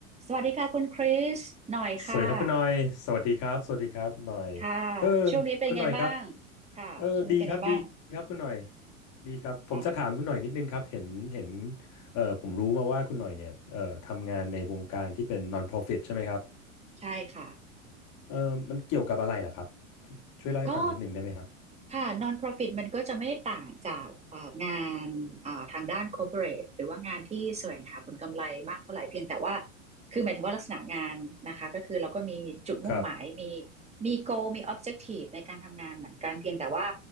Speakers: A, on the right; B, on the left.
A: สวัสดีค่ะคุณคริสหน่อยค่ะ
B: สวัสดีครับคุณหน่อย สวัสดีครับ สวัสดีครับคุณหน่อย
A: ค่ะ
B: เออ
A: ช่วงนี้เป็นไงบ้าง
B: คุณหน่อยครับ
A: ค่ะช่วงนี้เป็นไงบ้าง
B: เออดีครับดีครับคุณหน่อยดีครับ ผมจะถามคุณหน่อยนิดนึงครับ
A: อ่า
B: เห็นเห็นเออผมรู้มาว่าคุณหน่อยเนี่ยเออทำงานในวงการที่เป็น non-profit ใช่ไหมครับ
A: ใช่ค่ะ
B: เออมันเกี่ยวกับอะไรเหรอครับช่วยเล่าให้ฟังนิดนึงได้ไหมครับ
A: ก็ค่ะ non-profit มันก็จะไม่ต่างจากเอ่องานเอ่อทางด้าน corporate หรือว่างานที่แสวงหาผลกำไรมากเท่าไหร่เพียงแต่ว่าคือหมายถึงว่าลักษณะงานนะคะก็คือเราก็มีจุดมุ่งหมายมี
B: ครับ
A: มี goal มี objective ในการทำงานเหมือนกันเพียงแต่ว่า